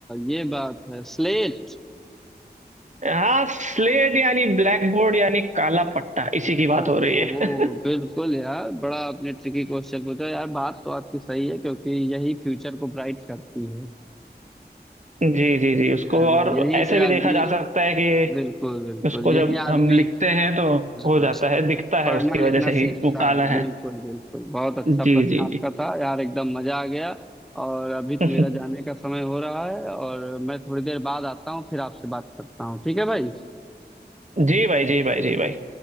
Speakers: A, in the centre; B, on the right (about 45°).
A: ये बात है स्लेट
B: हाँ स्लेट यानी ब्लैक बोर्ड यानी काला पट्टा इसी की बात
A: ओहो
B: हो रही है
A: बिल्कुल यार बड़ा आपने ट्रिकी क्वेश्चन पूछा यार बात तो आपकी सही है क्योंकि यही फ्यूचर को ब्राइट करती है
B: <laughs> जी जी जी उसको
A: हाँ,
B: और
A: यहीं
B: ऐसे
A: से
B: भी
A: आदमी
B: देखा जा सकता है कि
A: बिल्कुल बिल्कुल
B: उसको
A: यही
B: जब हम
A: आदमी
B: लिखते हैं तो
A: हाँ
B: हो जाता है दिखता है
A: पढ़ना
B: उसकी
A: लिखना
B: वजह से
A: सीखता
B: ही वो काला
A: है
B: है
A: बिल्कुल बिल्कुल बहुत अच्छा प्रश्न
B: जी जी
A: आपका
B: जी
A: था यार एकदम मजा आ गया और अभी तो
B: <laughs>
A: मेरा जाने का समय हो रहा है और मैं थोड़ी देर बाद आता हूँ फिर आपसे बात करता हूँ ठीक है भाई
B: जी भाई जी भाई जी भाई